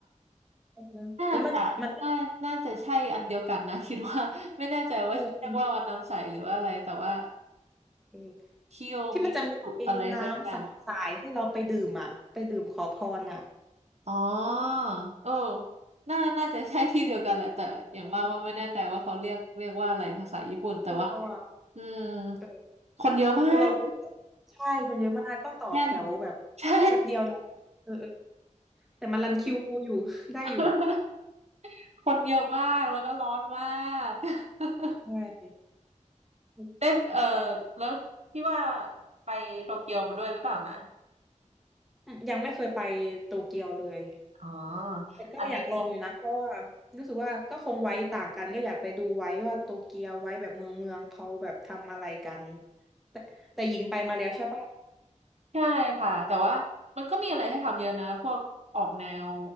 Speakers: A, in the centre; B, on the right.
A: เออ
B: น่าจะน่าน่าจะใช่อันเดียวกันนะ
A: แล้วมันมัน
B: <laughs> คิดว่า <laughs> ไม่แน่ใจว่าเรียกว่าวันน้ำใสหรือว่าอะไรแต่ว่า
A: เออเออ
B: คิโยมิสุอะไรสักอย่าง
A: ที่มันจะมีน้ำสาสายให้เราไปดื่มอ่ะไปดื่มขอพรอ่ะ
B: อ๋อเออน่าน่าจะใช่ที่เดียวกันแหละแต่อย่างว่าว่าไม่แน่ใจว่าเขาเรียกเรียกว่าอะไรภาษาญี่ปุ่นแต่ว่า
A: คือคือเราอ่ะ
B: อืม
A: เออ
B: คนเยอะมาก
A: คือเรารู้แต่ใช่คนเยอะมากต้องต่อแถวแบบแป๊บเดียวนะเออเออ
B: แน่น <laughs> ใช่
A: แต่มันรันคิวอยู่ <laughs> ได้อยู่
B: <laughs> คนเยอะมากแล้วก็ร้อนมาก
A: ใช่
B: <laughs>
A: อ
B: ได้เออแล้วพี่ว่าไปโตเกียวมาด้วยหรือเปล่านะ
A: ืมยังไม่เคยไปโตเกียวเลย
B: อ๋อ
A: แต่ก็อยากลองอยู่นะเพราะว่า
B: อันนี้
A: รู้สึกว่าก็คงไว้ต่างกันก็อยากไปดูไว้ว่าโตเกียวไว้แบบเมืองเมืองเขาแบบทำอะไรกันแต่แต่หญิงไปมาแล้วใช่ปะ
B: ใช่ค่ะแต่ว่ามันก็มีอะไรให้ทำเยอะนะพวกออกแนว